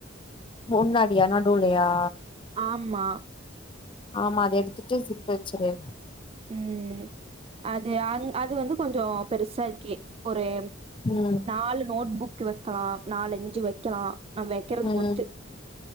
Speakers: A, on the left; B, on the right.
A: முன்னாடியா நடுவுலயா
B: ஆமா
A: ஆமா அத எடுத்துட்டு சிப் வச்சிரு
B: ம் அது ஆந் அது வந்து கொஞ்சோ பெருசா இருக்கு ஒரேம்
A: ம்
B: நாலு நோட் புக் வைக்கலா நாலு அஞ்சி வைக்கலா நம் வைக்கறத
A: ம்
B: பொறுத்து